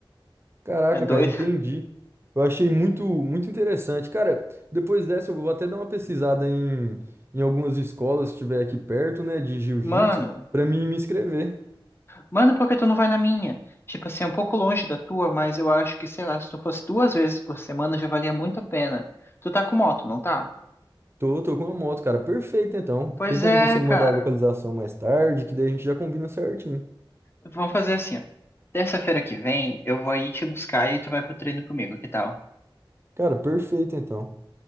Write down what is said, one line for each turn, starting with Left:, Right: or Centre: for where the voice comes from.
Right: Caraca,
Left: É doido.
Right: cara, entendi. Eu achei muito, muito interessante. Cara, depois dessa eu vou até dar uma pesquisada em, em algumas escolas, se tiver aqui perto, né, de jiu-jitsu,
Left: Mano,
Right: pra mim me inscrever.
Left: mano, por que tu não vai na minha? Tipo assim, é um pouco longe da tua, mas eu acho que, sei lá, se tu fosse duas vezes por semana já valia muito a pena. Tu tá com moto, não tá?
Right: Tô, tô com a moto, cara. Perfeito, então.
Left: Pois
Right: Tem como
Left: é,
Right: você me
Left: cara.
Right: mandar a localização mais tarde, que daí a gente já combina certinho.
Left: Vamos fazer assim, ó. Terça-feira que vem, eu vou aí te buscar e tu vai pro treino comigo, que tal?
Right: Cara, perfeito, então.